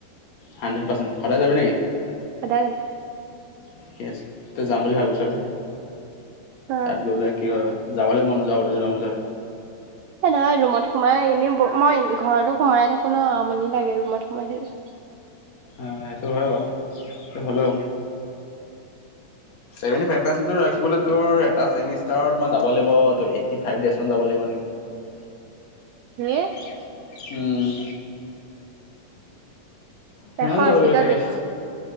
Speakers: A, on the left; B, on the right.
A: হাণ্ড্ৰেড পাৰ্চেণ্ট, সদায় যাবি না কি?
B: সদায় যাম।
A: ঠিকেই আছে। তই যাম বুলি ভাবিছ' হে,
B: অ
A: তাত গৈ পেলাই কি হ'য় বা? যাবলৈ মন নোযোৱা হ'ব, দুদিনমানৰ পিছতে।
B: সেই নাই ৰুমত সোমাই এনেই ব মই ঘৰতো সোমাই থাকো ন'। আমনি লাগে ৰুমত সোমাই থাকি।
A: অঁ- সেইটো হ'য় বাৰু। হ'লেও ছেভেণ্টিফাইপ পাৰ্ছণ্টটো ৰাখিবলৈ তোৰ এটা ছেমিষ্টাৰত মই যাব লাগিব, তো এইটি ফাইভ ডেইজ মান যাব লাগিব এনেই। <unintelligible>
B: হেয়ে।
A: <unintelligible> উম! সিমান
B: এশ
A: ল'ব
B: আশীটা
A: লাগিব চাগে?
B: দিছে।